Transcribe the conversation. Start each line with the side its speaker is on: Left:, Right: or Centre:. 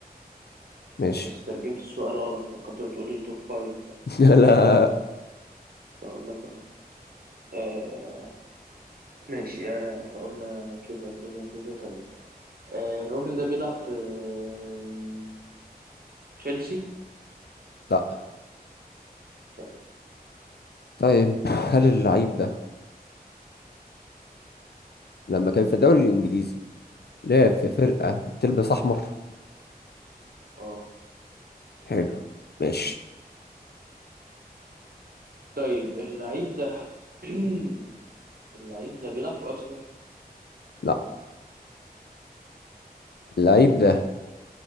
Left: ماشي
Right: أنا بس ترجمت السؤال غلط فكرت بتقول لي توب 5
Left: <laughs> لا
Right: اقول لك اه آه، ماشي آه احنا قلنا كده كده كده طيب آه الراجل ده بيلعب في آه، تشيلسي
Left: لا
Right: طيب
Left: طيب هل اللعيب ده لما كان في الدوري الانجليزي لعب في فرقة بتلبس احمر
Right: اه
Left: حلو ماشي
Right: طيب اللعيب ده <clears throat> اللعيب ده بيلعب في أرسنال
Left: لا
Right: أها
Left: اللعيب ده